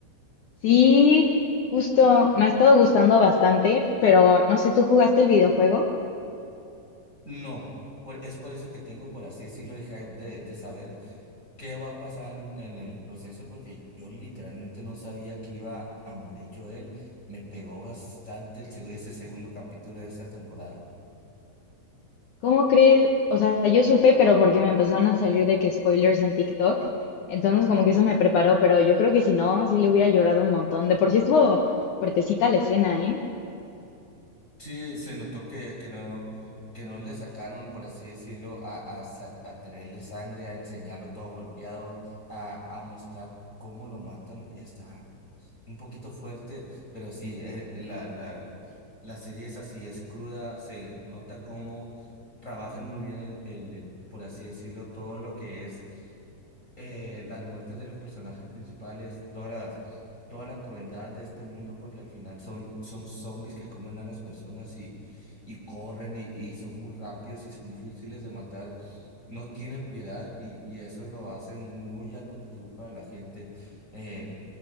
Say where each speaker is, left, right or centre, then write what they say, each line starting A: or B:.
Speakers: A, on the left; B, on the left.
A: Sí, justo, me ha estado gustando bastante, pero no sé, ¿tú jugaste el videojuego?
B: No, por- es por eso que tengo, por así decirlo, el hype de, de saber qué va a pasar en, en el proceso, porque yo literalmente no sabía que iba a morir yo él. Me pegó bastante el, seg- ese segundo capítulo de esta temporada.
A: ¿Cómo crees? O sea, yo supe, pero porque me empezaron a salir de que spoilers en TikTok. Entonces, como que eso me preparó, pero yo creo que si no, sí le hubiera llorado un montón. De por sí estuvo fuertecita la escena, ¿eh?
B: Sí, se notó que, que no, que no le sacaron, por así decirlo, a, a, sa- a tenerle sangre, a enseñarlo todo golpeado, a, a mostrar cómo lo matan. Está un poquito fuerte, pero sí, eh, la, la, la serie es así, es cruda, se nota cómo trabajan muy bien el, el, el, por así decirlo, todo lo que es eh, las muertes de los personajes principales, todas las- toda la crueldad de este mundo, porque al final son, son zombies que comen a las personas y, y corren y, y son muy rápidos y son difíciles de matar, no tienen piedad y, y eso lo hace muy atractivo para la gente. Eh,